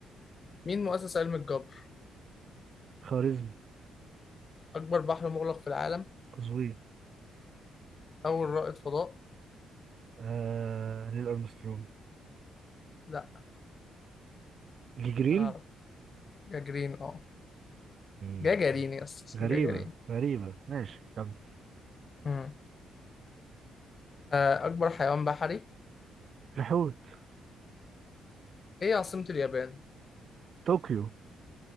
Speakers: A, on the left (about 40°); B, on the right (about 50°).
A: مين مؤسس علم الجبر؟
B: خوارزمي
A: أكبر بحر مغلق في العالم؟
B: قزوين
A: أول رائد فضاء؟
B: آه نيل ارمسترونج
A: لا
B: دي جرين
A: أعرف جاجرين أه
B: امم
A: جاجرين يا اسطى اسمه
B: غريبة
A: جاجرين
B: غريبة ماشي كمل
A: مم. آه، أكبر حيوان بحري
B: الحوت
A: إيه عاصمة اليابان؟
B: طوكيو